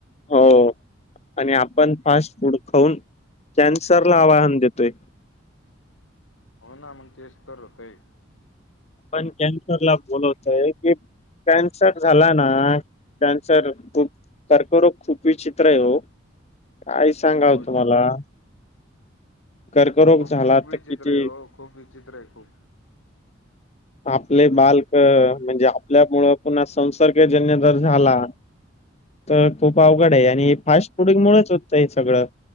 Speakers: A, on the left (about 35°); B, on the left (about 85°).
A: हो आणि आपण फास्ट फूड खाऊन, कॅन्सरला आवाहन देतोय.
B: हो, ना. मग तेच तर होतंय.
A: आपण कॅन्सरला बोलवतय. की, कॅन्सर झाला ना, कॅन्सर खूप कर्करोग खूप विचित्रय ओ. काय सांगाव
B: हो
A: तुम्हाला. कर्करोग
B: खूप
A: झाला
B: - खूप विचित्रय
A: तर किती
B: ओ. खूप विचित्रय खूप.
A: आपले बालक. म्हणजे, आपल्या मुळं पण अस संसर्गजन्य जर झाला. तर खूप अवघडय. आणि फास्ट फुडिंग मुळेच होतंय सगळं.